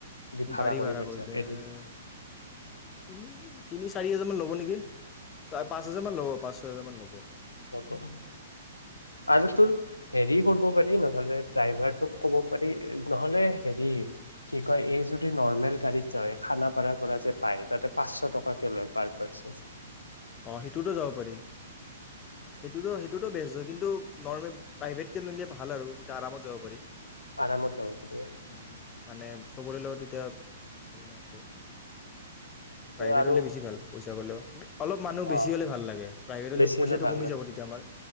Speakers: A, on the left (about 85°); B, on the left (about 25°).
A: যদি
B: গাড়ী ভাড়া
A: লৈ
B: কৰি
A: যাওঁ
B: দে',
A: এদিন
B: তুমি তুমি চাৰি হাজাৰ মান ল'ব নেকি। পাঁচ হাজাৰ মান ল'ব পাঁচ ছয় হাজাৰ মান ল'ব।
A: ব আৰু তোৰ হেৰি কৰিব পাৰি নহলে ড্ৰাইভাৰটোক ক'ব পাৰি নহলে হেৰি কি কয় এই যদি নৰ্মেল গাড়ীত যায় খানাপাৰা পৰা যে পায় তাতে পাঁচশ টকাকে লয় পাৰ পাৰ্চন
B: অ সেইটোতো যাব পাৰি সেইটোতো সেইটোতো বেস্ত হয় কিন্তু নৰ্মেল প্ৰাইভেট কে লিলে ভাল আৰু তেতিয়া আৰামত যাব পাৰি
A: আৰামত যাব পাৰিব
B: উম মানে চবৰে লগত এতিয়া হৰি ন আৰু প্ৰাইভেটলৈ
A: আৰু
B: বেছি ভাল পইচা গ'লেও অলপ মানুহ বেছি
A: অ'
B: হলে ভাল লাগে প্ৰাইভেট
A: বেছি
B: পইচাটো
A: হ'লে ভাল
B: কমি
A: হয়
B: যাব তেতিয়া আমাৰ